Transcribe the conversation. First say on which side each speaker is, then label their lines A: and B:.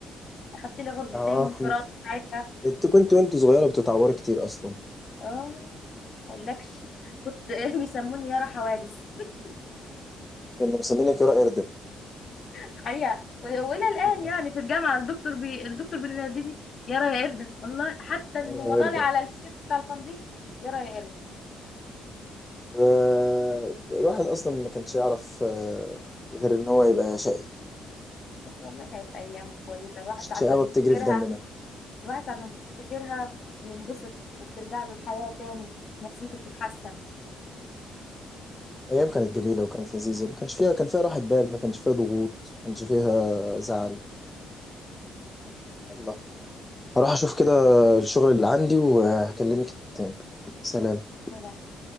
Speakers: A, on the left; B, on the left.
A: اخدت لي غرزتين
B: اه
A: من الفراغ
B: <laughs>
A: ساعتها
B: انت كنت وانت صغيرة بتتعوري كتير أصلا
A: اه مقولكش كنت <laughs> بيسموني يارا حوادث <laughs>
B: كنا مسمينك يا قردة
A: حقيقة وإلى الآن
B: <laughs>
A: يعني في الجامعة الدكتور بي... الدكتور بينادي لي يارا يا قردة والله حتى إنه
B: يا
A: مضالي
B: قردة
A: على التيشيرت بتاع الفندق يارا يا قردة
B: آه، الواحد اصلا ما كانش يعرف آه، غير ان هو يبقى شقي
A: بس والله كانت أيام كويسة الواحد
B: الشقاوه
A: ساعات ما بيفتكرها
B: بتجري في دمنا
A: الواحد ساعة ما بيفتكرها بينبسط وبترجع له الحياة تاني نفسيته بتتحسن
B: ايام كانت جميله وكانت لذيذه ما كانش فيها كان فيها راحه بال ما كانش فيها ضغوط ما كانش فيها زعل الله هروح اشوف كده الشغل اللي عندي وهكلمك تاني سلام
A: يا